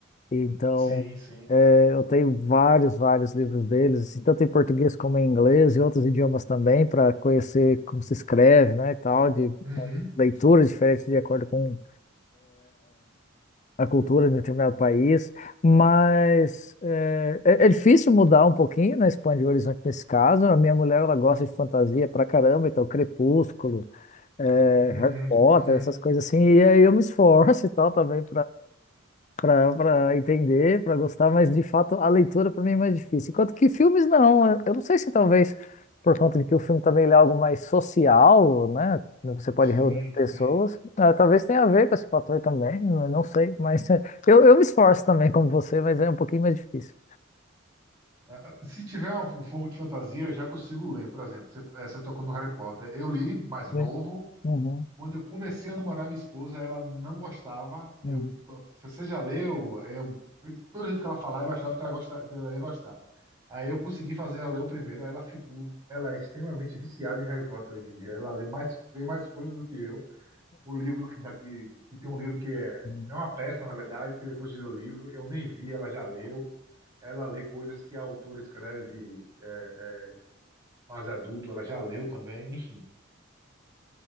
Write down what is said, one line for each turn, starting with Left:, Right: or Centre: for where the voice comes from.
Left: então
Right: Sim, sim.
Left: é, eu tenho vários, vários livros deles, assim, tanto em português como em inglês e outros idiomas também, para conhecer como se escreve, né, e tal, de
Right: Uhum,
Left: leituras diferentes de acordo com a cultura de um determinado país, mas eh, é, é difícil mudar um pouquinho, né, expandir o horizonte nesse caso. A minha mulher, ela gosta de fantasia pra caramba, então Crepúsculo, eh,
Right: uhum,
Left: Harry Potter,
Right: uhum.
Left: essas coisas assim, e aí eu me esforço e tal também para para entender, para gostar, mas de fato a leitura para mim é mais difícil. Enquanto que filmes não, eu não sei se talvez por conta de que o filme também ele é algo mais social, né? né, Você pode
Right: Sim,
Left: reunir pessoas,
Right: sim.
Left: ah, talvez tenha a ver com esse fator também, eu não sei, mas <laughs> eh, eu, eu me esforço também como você, mas é um pouquinho mais difícil.
Right: Ah, ah, Se tiver um um pouco de fantasia, eu já consigo ler, por exemplo. Você, eh, você tocou no Harry Potter. Eu li, mais novo,
Left: Sim. Uhum,
Right: Quando eu comecei a namorar minha esposa, ela não gostava. Eu,
Left: uhum.
Right: você já leu? Eu, pelo jeito que ela falava, eu achava que ela, gosta, que ela ia gostar. Aí eu consegui fazer ela ler o primeiro. aí Ela ficou, ela é extremamente viciada em Harry Potter hoje em dia. Ela lê mais, vê mais coisas do que eu. O livro que daqui, que tem um livro que é,
Left: <laughs>
Right: é uma peça, na verdade, que depois virou livro. Eu nem vi, ela já leu. Ela lê coisas que a autora escreve é, é, mais adulto, ela já leu também, enfim.